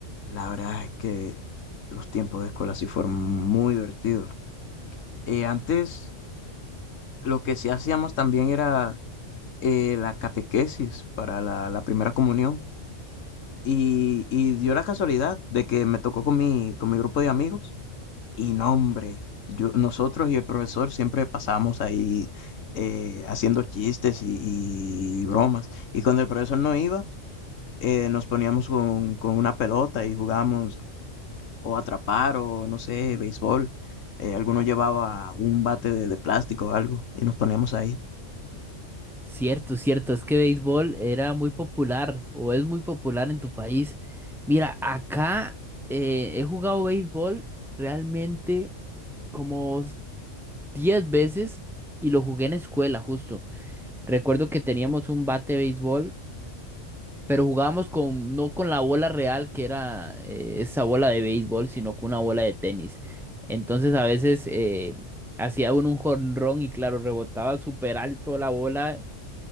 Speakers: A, on the left; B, in the centre.
A: la verdad es que los tiempos de escuela sí fueron muy divertidos. Eh, antes lo que sí hacíamos también era eh, la catequesis para la, la primera comunión y, y dio la casualidad de que me tocó con mi, con mi grupo de amigos y no, hombre, yo, nosotros y el profesor siempre pasamos ahí eh, haciendo chistes y, y bromas y cuando el profesor no iba, eh, nos poníamos con, con una pelota y jugábamos o atrapar o no sé, béisbol. Eh, alguno llevaba un bate de, de plástico o algo y nos poníamos ahí.
B: Cierto, cierto, es que béisbol era muy popular o es muy popular en tu país. Mira, acá eh, he jugado béisbol realmente como 10 veces y lo jugué en escuela justo. Recuerdo que teníamos un bate de béisbol, pero jugábamos con, no con la bola real que era eh, esa bola de béisbol, sino con una bola de tenis. Entonces a veces eh, hacía uno un jonrón y claro, rebotaba súper alto la bola